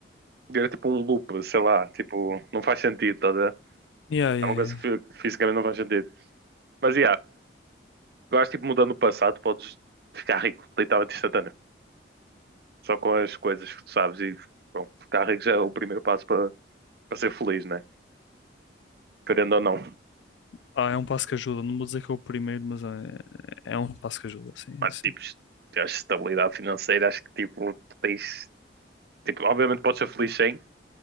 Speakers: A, on the right; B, on the left.
A: Vira tipo um loop, sei lá. Tipo, não faz sentido, estás a ver?
B: Yeah, yeah,
A: É uma coisa
B: yeah.
A: que fi- fisicamente não faz sentido. Mas, yeah, Eu acho tipo, mudando o passado, podes ficar rico, literalmente instantâneo. Só com as coisas que tu sabes e, bom, ficar rico já é o primeiro passo para para ser feliz, né? Querendo ou não.
B: Ah, é um passo que ajuda. Não vou dizer que é o primeiro, mas é, é um passo que ajuda. Sim,
A: Mas,
B: sim.
A: tipo, tens estabilidade financeira, acho que, tipo, tu tens... Tipo, obviamente podes ser feliz sem,